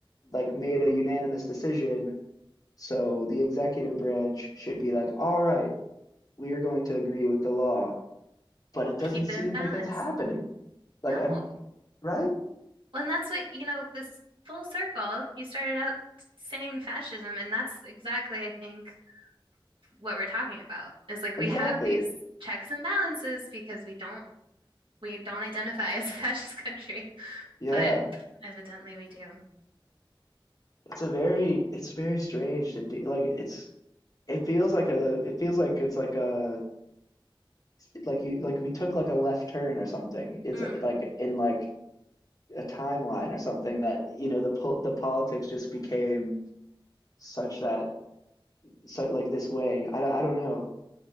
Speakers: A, on the left; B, on the right.
A: like made a unanimous decision, so the executive branch should be like, all right, we are going to agree with the law, but it doesn't
B: Keep
A: seem
B: it in balance.
A: like that's happening. Like
B: No.
A: I'm
B: Well,
A: right?
B: And that's what, you know, this full circle, you started out saying fascism, and that's exactly, I think, what we're talking about is like
A: Exactly.
B: we have these checks and balances because we don't we don't identify <laughs> as a fascist country,
A: Yeah.
B: but evidently we do.
A: It's a very it's very strange to do. Like it's it feels like a it feels like it's like a <laughs> like you like we took like a left turn or something. It's
B: Mm.
A: like in like a timeline or something that you know the po- the politics just became such that so like this way. I, I don't know.